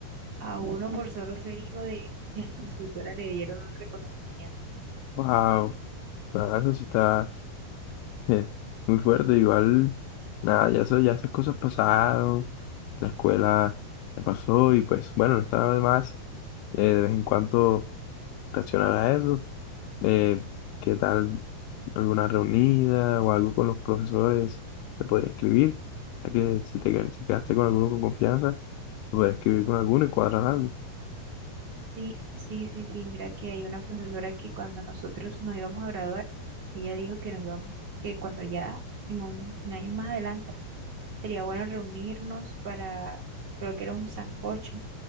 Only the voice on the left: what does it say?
Wow, nada, eso sí está eh, muy fuerte. Igual, nada, ya, eso, ya esas cosas pasaron, la escuela ya pasó y pues bueno, no estaba de más eh, de vez en cuando reaccionar a eso. Eh, ¿qué tal alguna reunida o algo con los profesores? Te podría escribir, ya que si te qued- si quedaste con alguno con confianza, te podría escribir con alguno y cuadrar algo.